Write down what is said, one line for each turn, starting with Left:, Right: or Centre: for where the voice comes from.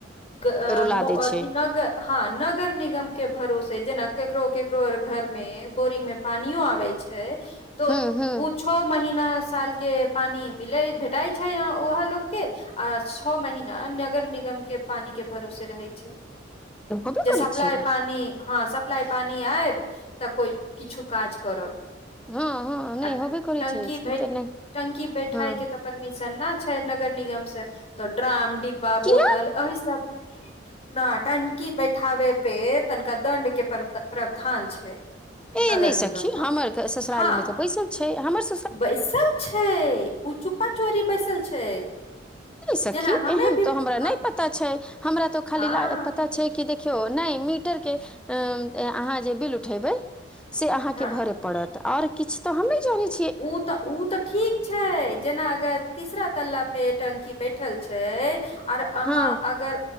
Left: गऽ-मऽ-अथि-नगऽ
Centre: रुला दै छै
Left: हँ, नगर निगम के भरोसे जेना केकरो केकरो आर घर में बोरिंग में पानियो आबे छै तो
Centre: हूँ हूँ
Left: ऊ छऽ महीना साल के पानि मिलै धेत तई छै आं ओहैऽ लोक के। आ छऽ महीना नगर निगम के पानी के भरोसे रहै छै।
Centre: होबे
Left: जे
Centre: करै
Left: सप्लाइ
Centre: छै ने।
Left: पानी, हँ सप प्लाई पानी आयत तऽ कोइ किछु काज करब।
Centre: हँ हँ नहि
Left: आ,
Centre: होबे करै
Left: टंकी
Centre: छै
Left: भैट-टंकी
Centre: ई तऽ नहि
Left: बैठाय
Centre: हँ
Left: के तब परमिशन न छै नगर निगम स, त ड्राम डीब् बा
Centre: किया
Left: बोतल एहि सब में न, टंकी बैठाबे पे तनिका दण्ड के प्रद-प्रावधान छै।
Centre: ए
Left: नगर
Centre: नहि सखी
Left: निगम मऽ,
Centre: हमर ससुरारी
Left: हँ।
Centre: मे तऽ बैसल छै, हमर स
Left: बैसल छइ, ओ चुप्पा चोरी बैसल छै।
Centre: नय सखी
Left: जेना हमे
Centre: एहन
Left: भी
Centre: त हमरा
Left: हँ
Centre: नय पता छै, हमरा तो खाली
Left: हँ
Centre: ला पता छै कि देखियौ नै मीटर के अहाँ जे बिल उठेबै से अहां
Left: हँ
Centre: के भरे पड़त और किछ तऽ हम नै जनैत छी।
Left: ऊ तऽ ऊ तऽ ठीक छै, जेना अगर तीसरा तल्ला पे टंकी बैठल छै आर अहाँ
Centre: हँ
Left: अगर